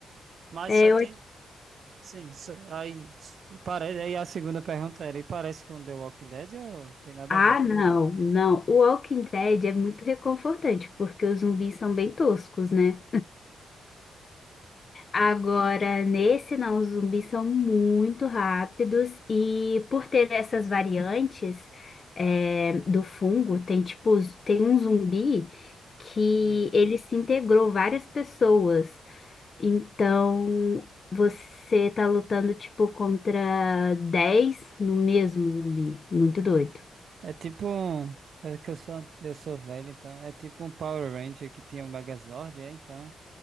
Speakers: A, on the right; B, on the left.
A: Mas
B: É,
A: só
B: eu
A: tem,
B: acho-
A: sim, só- aí, parece, aí a segunda pergunta era, e parece com The Walking Dead ou tem nada
B: Ah,
A: a ver?
B: não, não. O Walking Dead é muito reconfortante, porque os zumbis são bem toscos, né? Agora, nesse não, os zumbis são muito rápidos e por ter essas variantes é, do fungo, tem tipo, z- tem um zumbi que
A: Hum.
B: ele se integrou várias pessoas. Então, você tá lutando tipo contra 10 no mesmo zumbi. Muito doido.
A: É tipo um. É que eu sou, eu sou velho, então. É tipo um Power Ranger que tinha um Megazord, é? Então.